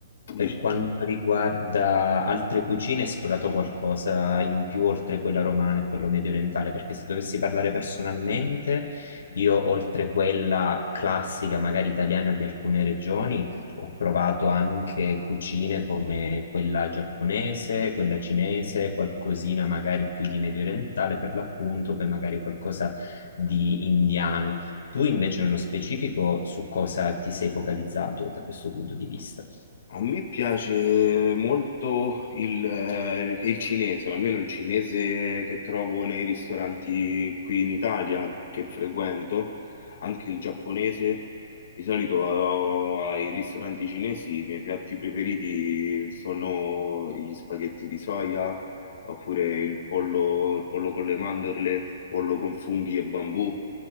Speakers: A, on the left; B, on the left.
A: dici
B: Per quanto riguarda altre cucine, hai esplorato qualcosa in più oltre quella romana e quello mediorientale? Perché se dovessi parlare personalmente, io oltre quella classica, magari italiana di alcune regioni, ho provato anche cucine come quella giapponese, quella cinese, qualcosina magari più di mediorientale per l'appunto, poi magari qualcosa di indiano. Tu invece nello specifico su cosa ti sei focalizzato da questo punto di vista?
A: A me piace molto il, eh, il cinese, o almeno il cinese che trovo nei ristoranti qui in Italia che frequento, anche il giapponese. Di solito vado ai ristoranti cinesi, i miei piatti preferiti sono gli spaghetti di soia, oppure il pollo, il pollo con le mandorle, pollo con funghi e bambù